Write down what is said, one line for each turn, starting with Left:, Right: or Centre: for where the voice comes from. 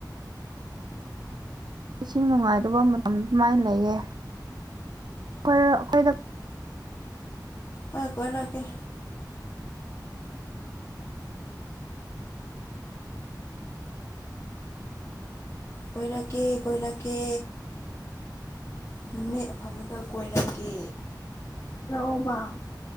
Right: ꯏꯁꯤꯡ ꯅꯨꯡꯉꯥꯏꯇꯕ ꯃꯇꯝ ꯁꯨꯃꯥꯏꯅ ꯂꯩꯌꯦ ꯀ‌ꯣꯏꯔ‌ꯣ ꯑꯩꯈꯣꯏꯗ
Left: ꯍꯣꯏ ꯀꯣꯏꯔꯛꯀ‌ꯦ ꯀꯣꯏꯔꯛꯀꯦ ꯀꯣꯏꯔꯛꯀꯦ ꯅꯨꯃꯤꯠ ꯑꯐꯕꯗ ꯀꯣꯏꯔꯛꯀꯦ ꯂꯥꯛꯑꯣꯕ